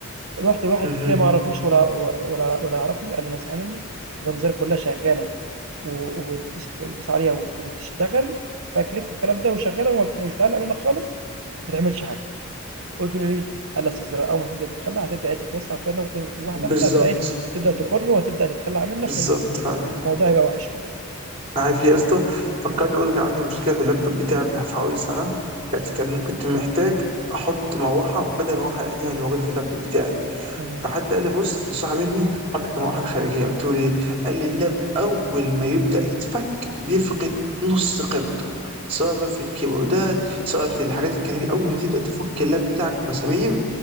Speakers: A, on the right; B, on the right.
A: رُحت لواحد
B: اها
A: كده ما أعرفوش ولا ولا ولا يعرفني، قال لي نصيحة مني، الأنظار كلها شغالة و وبتدوس ك بتدوس عليها وتشتغل وفيها كليك والكلام ده وشغالة وم ومش بتعلق منك خالص، ما تعملش حاجة. قلت له: "ليه؟" قال لي: "أصل الزراعة أول ما تبدأ تتخلى هتبدأ إيه تتوسع والكلام ده ممكن واحدة،
B: بالظبط
A: واحدة هتلاقي إيه تبدأ تُكُر وهتبدأ تتخلى عن منك
B: بالظبط
A: و
B: فعلا
A: والموضوع هيبقى وِحِش منك."
B: عارف ليه يا اسطى فكرني
A: إمم،
B: اقول لك عندي مشكله في اللابتوب بتاعي في في حوالي سنه كانت كان كنت محتاج احط مروحه بدل المروحه القديمه اللي موجوده في اللابتوب بتاعي
A: إمم،
B: فحد قال لي بص نصح مني حطك المروحه الخارجيه قلت له ليه؟ قال لي اللاب اول ما يبدا يتفك بيفقد نص قيمته سواء بقى في الكيبوردات سواء في الحاجات الجانبيه اول ما تبدا تفك اللاب بتاعك مسامير